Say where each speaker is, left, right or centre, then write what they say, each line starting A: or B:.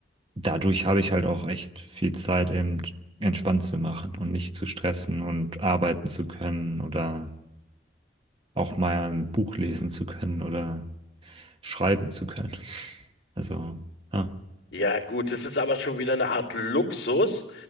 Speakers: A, on the right (about 30°); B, on the left (about 70°).
A: dadurch habe ich halt auch echt viel Zeit, eben entspannt zu machen und nicht zu stressen und arbeiten zu können oder auch mal ein Buch lesen zu können oder schreiben zu können. Also, ja,
B: Ja, gut, das ist aber schon wieder eine Art Luxus,